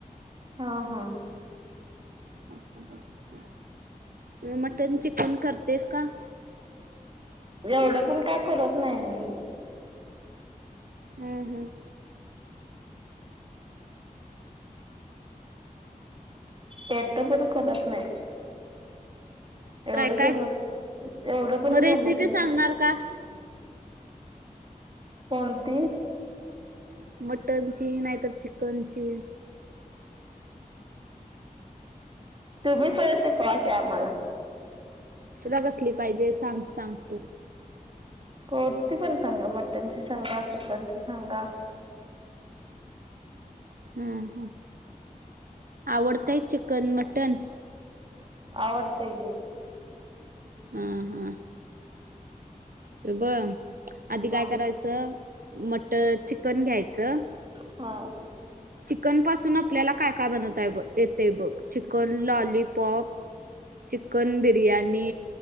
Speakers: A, on the right; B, on the right.
A: हा हा
B: <unintelligible> मटन चिकन करतेस का?
A: एवढं पण का करत नाही मी.
B: हम्म हम्म
A: येत पण करत नाही. एवढं
B: काय काय
A: जमत एवढं पण
B: मग
A: जमत
B: रेसिपी
A: नाही.
B: सांगणार का?
A: कोणती
B: मटन ची नाहीतर चिकन ची
A: तुम्ही स्वडा शिकवा की आम्हाला
B: तुला कसली पाहिजे सांग सांग तू
A: कोणती पण सांगा मटन सांगा चिकन सांगा.
B: हम्म ह आवडतय चिकन मटन
A: आवडतेय की?
B: हम हा बर आधी
A: हा
B: काय करायचं मटर चिकन घ्यायचं.
A: हा
B: चिकन पासून आपल्याला काय काय बनवताय ब येतय बघ चिकन लॉलीपॉप चिकन बिर्याणी